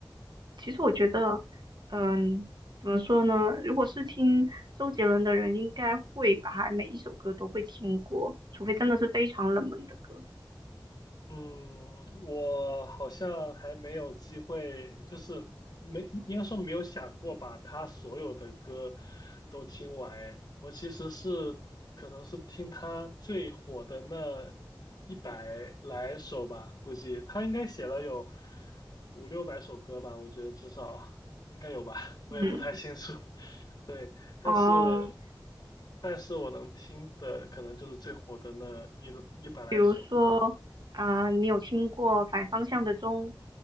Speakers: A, on the right; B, on the left.
A: 其实我觉得，嗯，怎么说呢？如果是听周杰伦的人，应该会把他每一首歌都会听过，除非真的是非常冷门的歌。
B: 嗯，我好像还没有机会，就是没，应该说没有想过把他所有的歌都听完诶。我其实是可能是听他最火的那一百来首吧，估计他应该写了有五六百首歌吧，我觉得至少应该有吧，我也不太清楚。
A: 嗯，
B: <laughs> 对，但是
A: 哦。
B: 但是我能听的可能就是最火的那一一百来首。
A: 比如说，啊、你有听过反方向的钟，